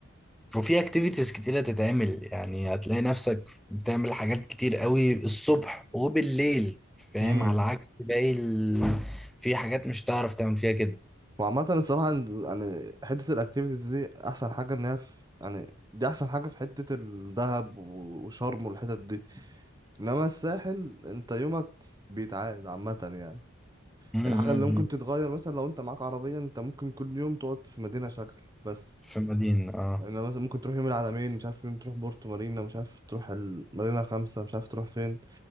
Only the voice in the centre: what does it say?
وفي اكتيفيتيز كتيره تتعمل يعني هتلاقي نفسك بتعمل حاجات كتير قوي الصبح وبالليل فاهم
على عكس باقي ال... في حاجات مش هتعرف تعمل فيها كده
أمم.
في مدينة اه